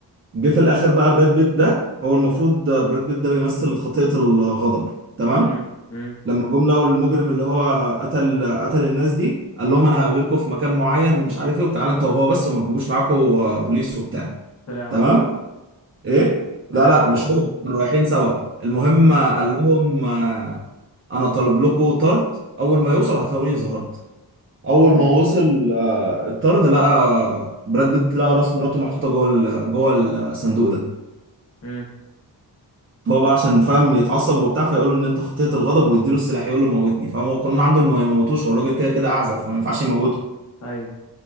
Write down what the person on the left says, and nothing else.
امم امم
طلع
هو
طلع
هو
اه
امم
امم
ايوه